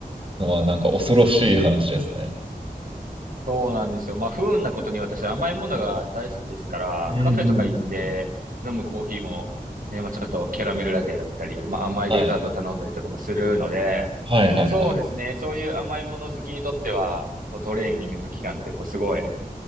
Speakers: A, on the right (about 35°); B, on the right (about 65°).
A: のは、なんか恐ろしい話ですね。
B: そうなんですよ。まあ、不運なことに私甘いものが大好きですから、
A: うんうんう
B: カフェとか行って飲むコーヒーも、
A: ん。
B: ね、まあちょっとキャラメルラテだったり、まあ甘いデザート頼んだりとかもするので、
A: はい。はいはいはい。
B: そうですね。そういう甘いもの好きにとっては、そのトレーニングの期間ってこうすごい、